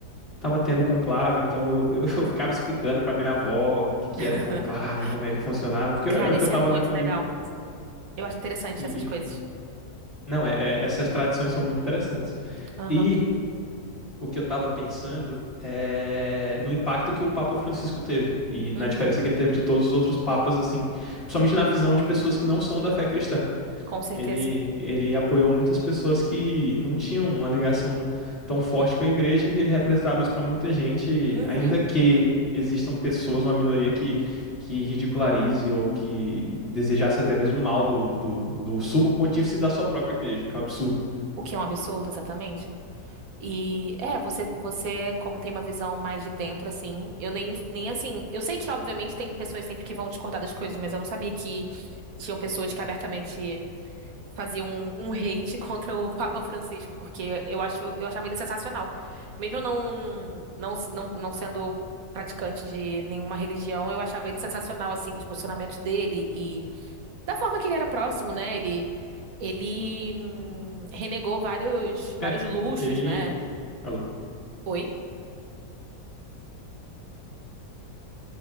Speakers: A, on the left; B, on the right.
A: tava tendo conclave, então eu, eu, <laughs> eu ficava explicando pra minha avó o que, que
B: <laughs>
A: era o conclave, como é que funcionava, porque
B: Cara,
A: é o que
B: isso
A: eu tava
B: é muito
A: lendo no
B: legal.
A: livro.
B: Eu acho interessante
A: E,
B: essas
A: e-
B: coisas.
A: não, é, é- essas tradições são muito interessantes.
B: Aham.
A: E o que eu tava pensando é no impacto que o Papa Francisco teve e
B: Uhum.
A: na diferença que ele teve de todos os outros papas, assim, principalmente na visão de pessoas que não são da fé cristã.
B: Com certeza.
A: Ele, ele apoiou muitas pessoas que não tinham uma ligação tão forte com a igreja e ele representava isso para muita gente,
B: Uhum.
A: ainda que existam pessoas, uma minoria que, que ridicularize ou que desejasse até mesmo mal do, do, do sumo pontífice da sua própria igreja, o que é um absurdo.
B: O que é um absurdo, exatamente? E é, você, você, como tem uma visão mais de dentro, assim, eu nem, nem assim. Eu sei que, obviamente, tem pessoas sempre que vão discordar das coisas, mas eu não sabia que tinham pessoas que abertamente faziam um, um hate <laughs> contra o Papa Francisco, porque eu acho, eu achava ele sensacional. Mesmo eu não, não, não, não sendo praticante de nenhuma religião, eu achava ele sensacional, assim, nos posicionamentos dele e da forma que ele era próximo, né? Ele, ele hum, renegou vários, vários
A: É,
B: luxos,
A: ele.
B: né?
A: Alô?
B: Oi?